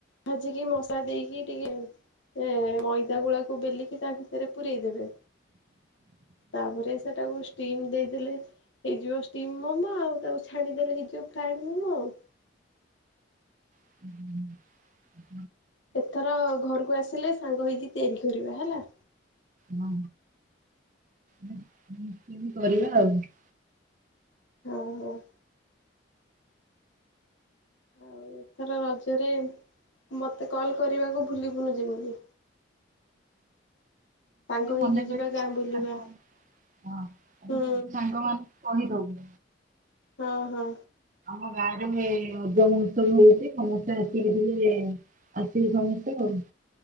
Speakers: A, on the left; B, on the right.
A: ଭାଜିକି ମସା ଦେଇକି ଟିକେ ଏ ମଇଦା ଗୁଳାକୁ ବେଲିକି ତା ଭିତରେ ପୁରେଇ ଦେବେ। ତାପରେ ସେଟାକୁ ଷ୍ଟିମ୍ ଦେଇଦଲେ ହେଇଯିବ ଷ୍ଟିମ୍ ମୋମୋ ଆଉ ତାକୁ ଛାଣିଦଲେ ହେଇଯ ଫ୍ରଏଡ ମୋମୋ ଆଉ।
B: ହୁଁ <inaudible>
A: ଏଥର ଘରକୁ ଆସିଲେ ସାଙ୍ଗ ହେଇକି ତିଆରି କରିବା ହେଲା।
B: ହ ହ କେତି କରିବା ଆଉ <unintelligible>
A: ହୋଉ ହୋଉ। ଆଉ ଏଥର ରଜରେ ମତେ କଲ କରିବାକୁ ଭୁଲିବୁନି ଯେମିତି। ସାଙ୍ଗ ହେଇକି
B: ମନେ
A: ଯିବା
B: କରିକି
A: ଗାଁ
B: ସବୁ
A: ବୁଲିବା।
B: ସାଙ୍ଗ ମାନ ହଁ
A: ହୁଁ
B: ସବୁ ସାଙ୍ଗ ମାନଙ୍କୁ କହି ଦୋବୁ।
A: ହଁ ହଁ
B: ଆମ୍ ଗାଁ ରେ ସେ ରଜମହତ୍ସବ ହଉଛି ସମସ୍ତେ ଆସିବେ ଆସିକି ଆସିବେ ସମସ୍ତେ ଆଉ।